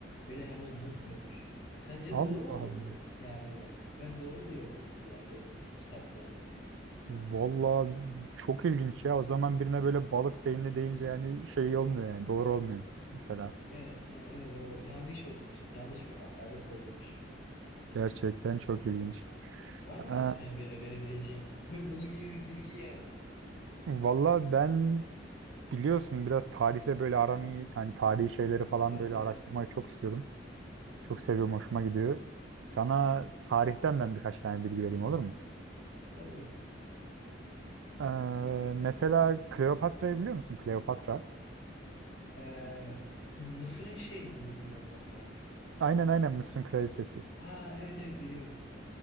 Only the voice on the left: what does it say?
Öyle hemen unutmuyormuş. Sence
doğru mudur
bu? Yani ben doğru diye okudum bir yerde kitapta.
Evet, yani evet o yanlış oluyormuş. Yani yanlış bir hakaret oluyormuş.
Var mı
peki sen böyle verebileceğin? <laughs> Bunun gibi bir bilgi yani.
Aa,
evet
evet
olur.
Ee, Mısır'ın şeyi miydi Kleopatra?
Ha evet evet biliyorum.